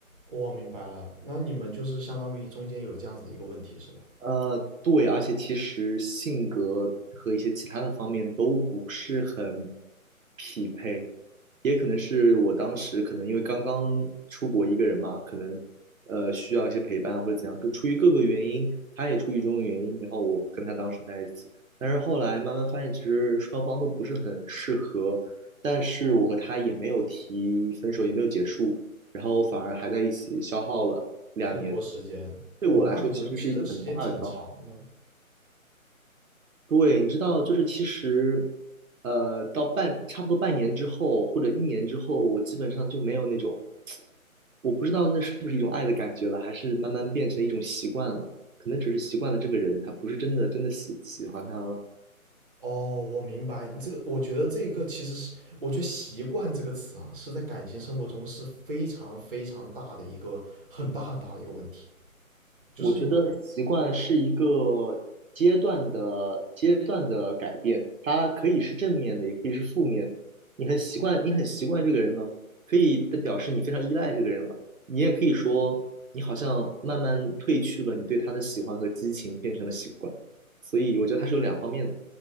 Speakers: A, on the right; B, on the right.
A: 我明白了。那你们就是相当于中间有这样子的一个问题是吧？
B: 呃，对，而且其实性格和一些其他的方面都不是很匹配，也可能是我当时可能因为刚刚出国一个人嘛，可能呃需要一些陪伴或者怎样，各出于各个原因，他也出于种种原因，然后我跟他当时在一起，但是后来慢慢发现其实双方都不是很适合，但是我和他也没有提分手，也没有结束，然后反而还在一起消耗了两年。
A: 很多时间，
B: 对我来说，
A: 哦，那你们其实这个时间挺长的。
B: 其实是一个很大的消耗。对，你知道，就是其实，呃，到半差不多半年之后，或者一年之后，我基本上就没有那种，我不知道那是不是一种爱的感觉了，还是慢慢变成一种习惯了。可能只是习惯了这个人，还不是真的真的喜喜欢他了。
A: 哦，我明白，你这个，我觉得这一个其实是，我觉得习惯这个词啊，是在感情生活中是非常非常大的一个很大很大的一个问题。就是
B: 我觉得习惯是一个阶段的阶段的改变，它可以是正面的，也可以是负面的。你很习惯，你很习惯这个人了，可以的表示你非常依赖这个人了。你也可以说，你好像慢慢褪去了你对他的喜欢和激情，变成了习惯。所以我觉得它是有两方面的。